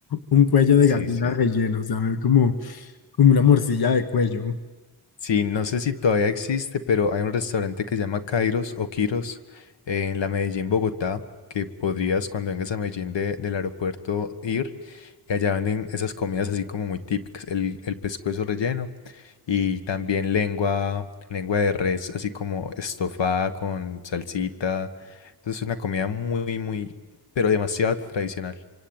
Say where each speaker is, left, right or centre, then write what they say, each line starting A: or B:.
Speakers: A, on the left; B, on the left.
A: un cuello de
B: sí,
A: gallina
B: sí.
A: relleno, o sea, me- como, como una morcilla de cuello.
B: Sí, no sé si todavía existe, pero hay un restaurante que se llama Kairos o Kiros eh, en la Medellín, Bogotá, que podrías cuando vengas a Medellín de- del aeropuerto ir y allá venden esas comidas así como muy típicas, el, el pescuezo relleno y también lengua, lengua de res así como estofada con salsita. Entonces es una comida muy, muy, pero demasiado tradicional.